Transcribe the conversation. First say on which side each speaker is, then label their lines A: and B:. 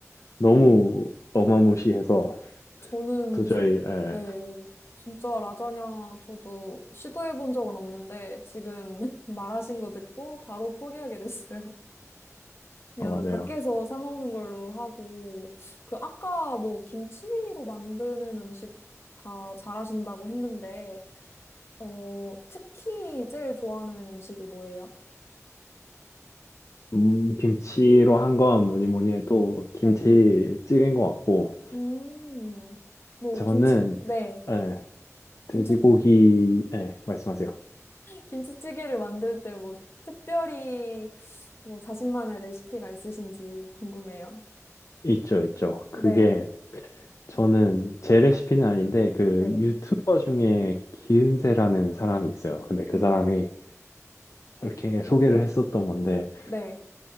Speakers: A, on the left; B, on the left.
A: 너무 어마무시해서
B: 저는
A: 도저히
B: 진,
A: 예,
B: 네. 진짜 라자냐 저도 시도해 본 적은 없는데 지금 <laughs> 말하신 거 듣고 바로 포기하게 됐어요. <laughs> 그냥
A: 어, 맞아요.
B: 밖에서 사 먹는 걸로 하고 그 아까 뭐 김치로 만드는 음식 다 잘하신다고 했는데 어, 특히 제일 좋아하는 음식이 뭐예요?
A: 음, 김치로 한 건 뭐니 뭐니 해도 김치찌개인
B: 네.
A: 것 같고,
B: 음, 뭐,
A: 저는,
B: 김치, 네.
A: 예, 돼지고기,
B: 김치,
A: 예, 말씀하세요.
B: 김치찌개를 만들 때 뭐, 특별히, 뭐, 자신만의 레시피가 있으신지 궁금해요.
A: 있죠, 있죠. 그게,
B: 네,
A: 저는 제 레시피는 아닌데, 그
B: 네,
A: 유튜버 중에 기은세라는 사람이 있어요. 근데 그
B: 음,
A: 사람이 이렇게 소개를 했었던 건데,
B: 네,